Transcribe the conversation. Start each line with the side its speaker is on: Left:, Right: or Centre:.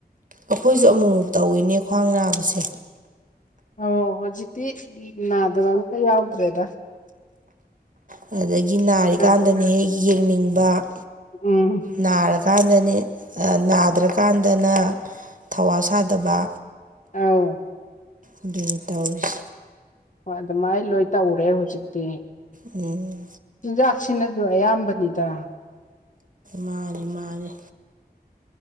Right: ꯑꯈꯣꯏꯖꯨ ꯑꯃꯨꯛꯃꯨꯛ ꯇꯧꯋꯤꯅꯦ ꯈ꯭ꯋꯥꯡ ꯅꯥꯕꯁꯦ
Left: ꯑꯣ ꯍꯨꯖꯤꯛꯇꯤ ꯅꯥꯗꯕ ꯑꯝꯇ ꯌꯥꯎꯗ꯭ꯔꯦꯗ
Right: ꯎꯝ ꯑꯗꯒꯤ ꯅꯥꯔꯤꯀꯥꯟꯗꯅ
Left: ꯅꯥꯗ
Right: ꯍꯦꯛ ꯌꯦꯡꯅꯤꯡꯕ ꯎꯝ
Left: ꯎꯝ
Right: ꯅꯥꯔ ꯀꯥꯟꯗꯅꯦ ꯑ ꯅꯥꯗ꯭ꯔꯀꯥꯟꯗꯅ ꯊꯧꯋꯥ ꯁꯥꯗꯕ
Left: ꯑꯧ
Right: ꯑꯗꯨꯅꯤ ꯇꯧꯔꯤꯁꯤ
Left: ꯍꯣꯏ ꯑꯗꯨꯝꯃꯥꯏ ꯂꯣꯏ ꯇꯧꯔꯦ ꯍꯧꯖꯤꯛꯇꯤ
Right: ꯎꯝ
Left: ꯆꯤꯟꯖꯥꯛꯁꯤꯅꯖꯨ ꯑꯌꯥꯝꯕꯅꯤꯗ
Right: ꯃꯥꯅꯤ ꯃꯥꯅꯤ